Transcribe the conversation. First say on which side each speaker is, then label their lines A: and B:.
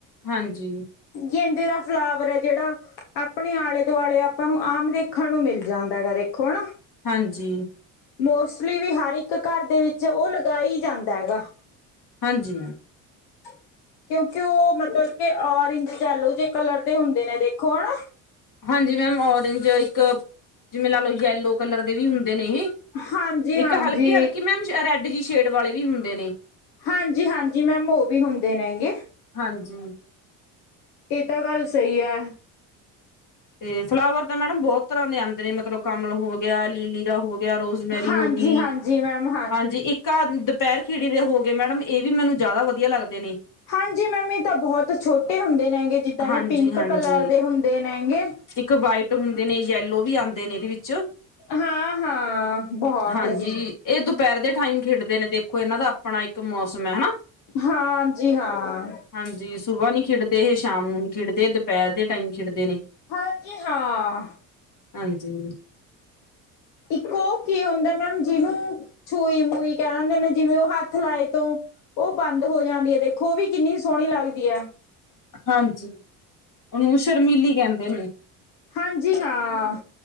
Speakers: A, on the left; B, on the left.
A: ਹਾਂਜੀ।
B: ਗੇਂਦੇ ਦਾ ਫਲਾਵਰ ਏ ਜੇੜਾ, ਆਪਣੇ ਆਲੇ-ਦੁਆਲੇ ਆਪਾਂ ਨੂੰ ਆਮ ਦੇ ਅੱਖਾਂ ਨੂੰ ਮਿਲ ਜਾਂਦਾ ਏ ਦੇਖੋ ਹੈ ਨਾ
A: ਹਾਂਜੀ।
B: ਮੋਸਟਲੀ ਵੀ ਹਰ ਇੱਕ ਘਰ ਦੇ ਵਿੱਚ ਉਹ ਲਗਾ ਹੀ ਜਾਂਦਾਂ ਹੈਗਾ।
A: ਹਾਂਜੀ ਮੈਮ।
B: <inaudible> ਕਿਉਂਕਿ ਓ ਮਤਬਲ ਕਿ ਔਰੇਂਜ ਜੈਲੋ ਜੇ ਕਲਰ ਦੇ ਹੁੰਦੇ ਨੇ ਦੇਖੋ ਹਣਾ।
A: ਹਾਂਜੀ ਮੈਮ ਓਰੇਂਜ। ਇੱਕ ਜਿਵੇਂ ਲਾ ਲਓ ਯੈਲੋ ਕਲਰ ਦੇ ਵੀ ਹੁੰਦੇ ਨੇਂ ਇਹ
B: ਹਾਂਜੀ
A: ਇੱਕ
B: ਹਾਂਜੀ
A: ਹਲਕੀ ਹਲਕੀ ਮੈਮ ਰੈੱਡ ਜੀ ਸ਼ੇਡ ਵਾਲ਼ੇ ਵੀ ਹੁੰਦੇ ਨੇਂ।
B: ਹਾਂਜੀ-ਹਾਂਜੀ ਮੈਮ ਓ ਵੀ ਹੁੰਦੇ ਨੇਗੇ।
A: ਹਾਂਜੀ।
B: ਏ ਤਾਂ ਗੱਲ ਸਈ ਐ।
A: ਤੇ ਫਲਾਵਰ ਤਾਂ ਮੈਡਮ ਬਹੁਤ ਤਰ੍ਹਾਂ ਦੇ ਆਉਂਦੇ ਨੇ, ਮਤਲਬ ਕਮਲ ਹੋ ਗਿਆ ਲੀਲੀ ਦਾ ਹੋਗਿਆ। ਤੇ ਆਹ ਰੋਜ਼ਮੈਰੀ
B: ਹਾਂਜੀ
A: ਹੋ ਗਈ।
B: ਹਾਂਜੀ ਮੈਮ
A: ਹਾਂਜੀ, ਇੱਕ ਘਰ ਦੁਪਹਿਰ ਖਿੜੀ ਦੇ ਹੋ ਗਏ, ਮੈਡਮ ਇਹ ਵੀ ਮੈਨੂੰ ਜ਼ਿਆਦਾ ਵਧੀਆ ਲੱਗਦੇ ਨੇ,
B: ਹਾਂਜੀ ਮੈਮ, ਇਹ ਤਾਂ ਬਹੁਤ ਛੋਟੇ ਹੁੰਦੇ ਨੇ ਹੈਗੇ, ਜਿੱਦਾਂ
A: ਹਾਂਜੀ-ਹਾਂਜੀ
B: ਵੀ ਪਿੰਕ ਕਲਰ ਦੇ ਹੁੰਦੇ ਨੇ ਹੈਂਗੇ।
A: ਇੱਕ ਵਾਈਟ ਹੁੰਦੇ ਨੇ ਯੈਲੋ ਵੀ ਆਉਂਦੇ ਨੇ ਇਹਦੇ ਵਿੱਚ।
B: ਹਾਂ-ਹਾਂ, ਬੋਹਤ
A: ਹਾਂਜੀ
B: ਜੀ।
A: ਇਹ ਦੁਪਹਿਰ ਦੇ ਟਾਈਮ ਖਿੜਦੇ ਨੇ, ਦੇਖੋ ਇਹਨਾਂ ਦਾ ਆਪਣਾ ਇੱਕ ਮੌਸਮ ਹੈ ਹਨਾ।
B: ਹਾਂ, ਜੀ, ਹਾਂ।
A: ਹਾਂਜੀ ਸੁਬਾ ਨੀ ਖਿਡਦੇ ਏਹ ਸ਼ਾਮ ਨੂੰ ਨੀ ਖਿਡਦੇ ਏ ਦੁਪੈਰ ਦੇ ਟਾਈਮ ਖਿਡਦੇ ਨੇ।
B: ਹਾਂਜੀ ਹਾਂ।
A: ਹਾਂਜੀ।
B: ਇੱਕ ਓ ਕੀ ਹੁੰਦਾ ਮੈਮ ਜੀਨੂੰ ਛੂਈ-ਮੂਈ ਕੈਅ ਦਿੰਦੇ ਨੇ। ਜਿਵੇਂ ਓ ਹੱਥ ਲਾਏ ਤੋਂ ਉਹ ਬੰਦ ਹੋ ਜਾਂਣੀ ਹੈ ਦੇਖੋ, ਓ ਵੀ ਕਿੰਨੀ ਸੋਹਣੀ ਲੱਗਦੀ ਐ
A: ਹਾਂਜੀ। ਓਨੂੰ ਸ਼ਰਮੀਲੀ ਕਹਿੰਦੇ ਨੇ।
B: ਹਾਂਜੀ ਹਾਂ,